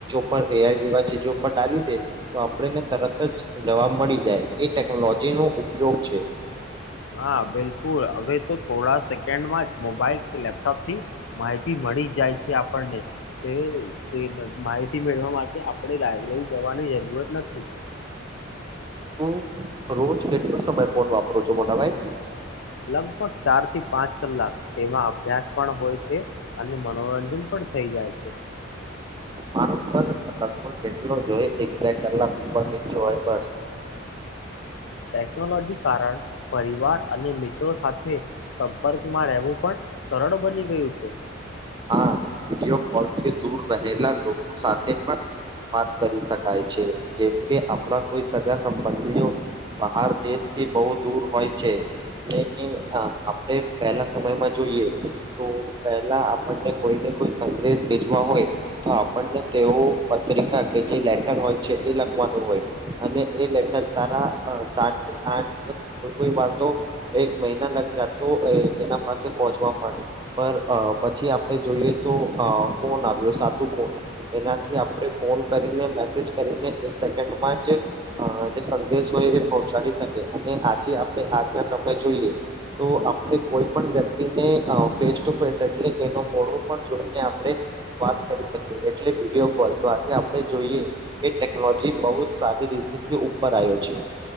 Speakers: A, on the right; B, on the left.
A: પર એઆઈ જેવા ચીજો પર ડાલી દે તો આપણને તરત જ જવાબ મળી જાય એ ટેકનોલોજી તેનો ઉપયોગ છે.
B: હા બિલકુલ હવે તો થોડા સેકન્ડમાં જ મોબાઈલ કે લેપટોપથી માહિતી મળ મળી જાય છે આપણને તે તે માહિતી મેળવવા માટે આપણે લાયબ્રેરી જવાની જરૂરત નથી. <inaudible>
A: તું રોજ કેટલો સમય ફોન વાપરો છો મોટાભાઈ?
B: લગભગ ચાર થી પાંચ કલાક તેમાં અભ્યાસ પણ હોય છે. અને મનોરંજન પણ પણ થઈ જાય છે.
A: મારો પણ લગભગ એટલો જ હોય એક બે કલાક. <inaudible> બસ
B: ટેકનોલોજી કારણ, પરિવાર અને મિત્રો સાથે સંપર્કમાં રહેવું પણ સ સરળ બની ગયું છે.
A: હા વિડીયો કોલથી દૂર રહેલા લોકો સાથે પણ વાત કરી શકાય છે. જેમ કે આપણા કોઈ સગા સંબંધીઓ બહાર દેશ કે બહુ દૂર હોય છે ને અ આપ આપણે પહેલા સમયમાં જોઈએ તો પેહલા આપ ને કોઈને કોઈ સંદેશ ભેજવા હોય તો આપણને તેઓ પત્રિકા કે જે લેટર હોય છે એ લખવાનું હોય અને એ લેટર તારા અ સાત થી આઠ દિવસ કોઈ કોઈ વાર તો એક મહિના લગ જા તો એ એના પાસે પહોંચવા પડે પર અ પછી આપણે જોઈએ તો અ ફોન આવ્યો સાદું ફોન એનાથી આપણે ફોન કરીને મેસેજ કરીને એ સેકન્ડમાં જ અ જે સંદેશ હોય એ પહોંચાડી શકે. અને આજે આપણે આજના સમય જોઈએ તો આપણે કોઈ પણ વ્યક્તિને અ ફેસ ટુ ફેસ એટલે એનો મોડો પણ જોઈને આપણે વાત કરી શકીએ. એટલે વિડીયો કોલ તો આજે આપણે જોઈએ કે એ ટેકનોલોજી બહુ જ સારી રીતેથી ઉપર આયો છે.